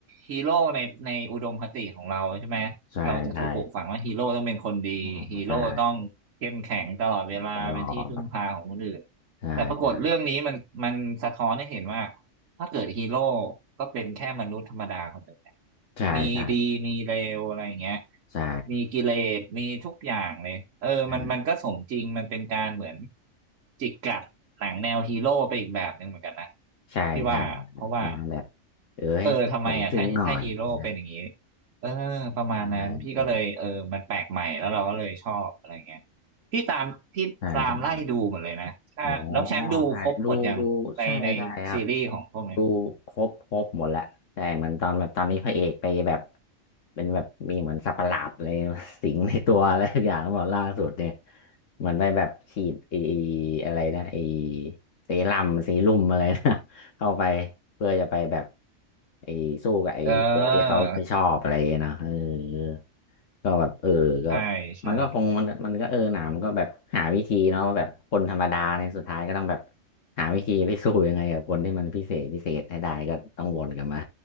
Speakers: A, on the right; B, on the left.
A: ฮีโร่ในในอุดมคติของเราใช่ไหมเราจะถูกปลูกฝังว่าฮีโร่ต้องเป็นคนดีฮีโร่ต้องเข้มแข็งตลอดเวลาเป็นที่พึ่งพาของคนอื่น
B: ใช่ใช่ออใช่ตลอดใช่ใช่
A: แต่ปรากฏเรื่องนี้มันมันสะท้อนให้เห็นว่า ถ้าเกิดฮีโร่ก็เป็นแค่มนุษย์ธรรมดาคนหนึ่งน
B: ใช่ใช่
A: มีดีมีเลวอะไรอย่างเงี้ย
B: ใช่
A: มีกิเลสมีทุกอย่างเลยเออมันมันก็สมจริงมันเป็นการเหมือน
B: ใช่
A: จิกกัดหนังแนวฮีโร่ไปอีกแบบหนึ่งเหมือนกันนะ
B: ใช่ใช่
A: พี่ว่าเพราะว่า
B: ประมาณแบบเออให้สมจริงหน่อยนะ
A: เออทำไมอ่ะถ้าถ้าฮีโร่เป็นอย่างนี้เออประมาณนั้นพี่ก็เลยเออมันแปลกใหม่แล้วเราก็เลยชอบอะไรเงี้ย
B: ใช่ใช่
A: พี่ตามพี่ตามไล่ดูหมดเลยนะถ้าน้องแชมป์ดูครบหมดยัง
B: ใช่ใช่ อ๋อใช่ดูดูใช่ใช่ครับ
A: ในในซีรีส์ของพวกเนี้ย
B: ดูครบครบหมดแหละใช่เหมือนตอนแบบตอนนี้พระเอกไปแบบเป็นแบบมีเหมือนสัตว์ประหลาดอะไร <laughs> สิงในตัวอะไรทุกอย่างหมดล่าสุดเนี่ยเหมือนไปแบบฉีดไออะไรนะไอเซรั่มเซีรุ่มอะไรนะ <laughs> เข้าไปเพื่อจะไปแบบไอสู้กับไอตัวที่เขาไม่ชอบอะไรอย่างเงี้ยเนาะเออ
A: เออ
B: ก็แบบเออก็
A: ใช่ใช่
B: มันก็คงมันมันก็เออหนามันก็แบบหาวิธีเนาะว่าแบบคนธรรมดาในยสุดท้ายก็ต้องแบบหาวิธีไปสู้ยังไงกับคนที่มันพิเศษพิเศษให้ได้ก็ต้องวนกลับมา